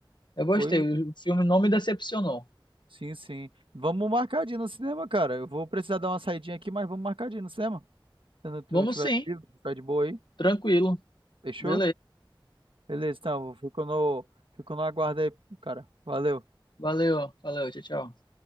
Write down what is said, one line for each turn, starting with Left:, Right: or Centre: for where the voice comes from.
Left: Eu gostei,
Right: Pois,
Left: o filme não me decepcionou.
Right: sim, sim. Vamos marcar de ir no cinema, cara. Eu vou precisar dar uma saidinha aqui, mas vamos marcar de ir no cinema. Se não tu
Left: Vamos
Right: tiver
Left: sim,
Right: livre, tiver de boa aí.
Left: tranquilo.
Right: Fechou?
Left: Beleza.
Right: Beleza, então, fico no, fico no aguardo aí, cara. Valeu.
Left: Valeu, valeu, tchau, tchau.